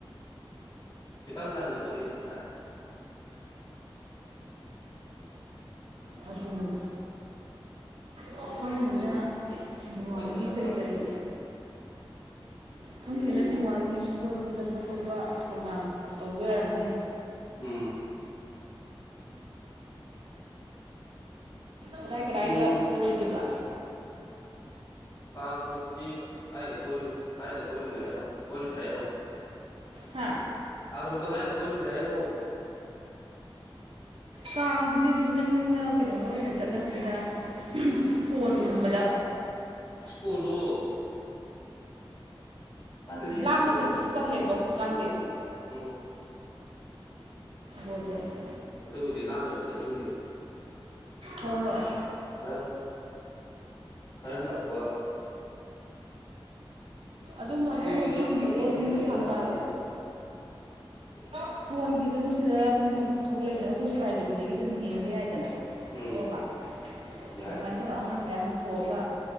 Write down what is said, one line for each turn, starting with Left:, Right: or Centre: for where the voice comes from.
Left: ꯈꯤꯇꯪ ꯉꯟꯅꯕꯨꯗꯤ ꯊꯥꯏ
Right: ꯑꯗꯨꯅꯤ ꯄꯥꯈꯪꯅꯤꯅ ꯗꯤꯋꯥꯂꯤꯒꯤ
Left: ꯉꯟꯅ
Right: ꯀꯔꯤ
Left: ꯊꯥꯏꯌꯦꯕ
Right: ꯀꯔꯤ ꯈꯪꯅꯤꯅ ꯗꯤꯋꯥꯂꯤꯒꯤ ꯀꯣꯏꯕ ꯆꯠꯄ ꯈꯣꯠꯄ ꯄ꯭ꯔꯣꯒ꯭ꯔꯥꯝ ꯇꯧꯗꯨꯏ ꯑꯣꯏꯔꯝꯅꯤ
Left: ꯎꯝ
Right: ꯀꯔꯥꯏ ꯀꯔꯥꯏꯗ
Left: ꯄꯨꯡ
Right: ꯀꯣꯏꯗꯨꯏꯕ
Left: ꯀꯥꯡ ꯅꯨꯃꯤꯠꯇꯨꯗꯤ ꯀꯥꯏꯗ ꯀꯣꯏꯔꯨ ꯀꯥꯏꯗ ꯀꯣꯏꯔꯨꯒꯦ ꯍꯥꯏꯅꯣ ꯀꯣꯏꯔꯨꯖꯦ ꯍꯥꯏꯅꯣ
Right: ꯍꯥ
Left: ꯀꯥꯡ ꯅꯨꯃꯤꯠꯇꯣ ꯀꯥꯏꯗ ꯀꯣꯏꯔꯨꯖꯦ ꯍꯥꯏꯅꯣ
Right: ꯀꯥꯡꯗꯨꯗꯤ ꯑꯗꯨꯝ ꯏꯅꯛ ꯅꯛꯅ ꯀꯩꯅꯣꯗ ꯑꯣꯏꯅ ꯆꯠꯂꯁꯤꯗ ꯏꯁ꯭ꯀꯣꯟꯒꯨꯝꯕ
Left: ꯁ꯭ꯀꯣꯜꯗꯣ ꯇꯜꯂꯤꯅꯦ
Right: ꯂꯥꯞꯅ
Left: ꯁ꯭ꯀꯣꯜꯗꯣ
Right: ꯆꯠꯄꯁꯨ
Left: ꯃꯤ
Right: ꯇꯜꯂꯦꯕ ꯍꯧꯖꯤꯛꯀꯥꯟꯗꯤ
Left: ꯎꯝ
Right: ꯕꯣ <unintelligible>
Left: ꯑꯗꯨꯕꯨꯗꯤ ꯂꯥꯞꯅꯖꯨ ꯆꯠꯅꯤꯡꯗꯦ
Right: ꯍꯣꯏ ꯍꯣꯏ
Left: ꯈꯔ ꯈꯔ ꯅꯛꯄ
Right: ꯑꯗꯨꯝ
Left: ꯁ꯭ꯀꯨꯜꯒꯤꯗꯨꯗ
Right: ꯑꯗꯨ ꯆꯤꯡꯕꯗꯣ
Left: ꯀ꯭ꯌꯨ ꯌꯥꯝ
Right: ꯑꯗꯨꯝ
Left: ꯂꯦꯞꯄꯗꯨꯗ
Right: ꯀꯩꯁꯥꯝꯄꯥꯠ
Left: ꯌꯥꯝ ꯇꯟꯕ <inaudible>
Right: ꯁ꯭ꯀꯣꯟꯒꯤ ꯑꯗꯨꯝ ꯁꯤꯗ ꯑꯗꯨꯝ ꯊꯣꯛꯂꯛꯏꯗꯅ ꯑꯩꯈꯣꯏ ꯁꯨꯔꯣꯛꯍꯥꯏꯗꯕꯤꯗꯒꯤ ꯑꯗꯨꯝ ꯌꯦꯡꯕ ꯌꯥꯏꯗꯅ
Left: ꯎꯝ
Right: ꯋꯣꯛꯑꯕ
Left: ꯌꯥꯏ
Right: ꯑꯗꯨꯃꯥꯏ ꯇꯧꯔ ꯑꯉꯥꯡ ꯃꯌꯥꯝ ꯄꯨꯊꯣꯛꯑꯒ